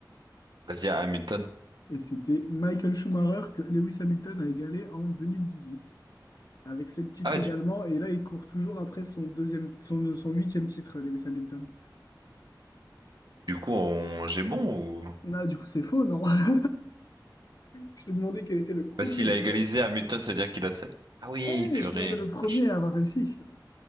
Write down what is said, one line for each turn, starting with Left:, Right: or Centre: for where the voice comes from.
Right: Vas-y, à Hamilton.
Left: Et c'était Michael Schumacher que Lewis Hamilton a égalé en 2018. Avec sept titres
Right: Ah,
Left: également.
Right: du,
Left: Et là, il court toujours après son deuxième, son, son huitième titre, Lewis Hamilton.
Right: du coup, on... j'ai bon ou...
Left: Ah, du coup, c'est faux, non? <laughs> Je t'ai demandé quel était le premier
Right: Bah, s'il
Left: pilote.
Right: a égalisé Hamilton, ça veut dire qu'il a 7. Ah oui,
Left: Ouais, mais
Right: purée.
Left: je t'ai demandé le premier
Right: dommage.
Left: à avoir réussi.